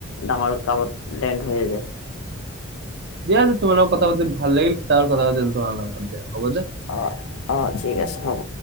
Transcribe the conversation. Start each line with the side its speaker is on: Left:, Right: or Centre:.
Left: ডাঙৰ কামত ডেণ্ড হৈ যায়
Right: দিয়া দে তোমাৰ লগত কথা পাতি ভাল লাগিল ত কথা পাতিম তোমাৰ লগত দিয়া হব দে
Left: অ অ ঠিক আছে হ'ব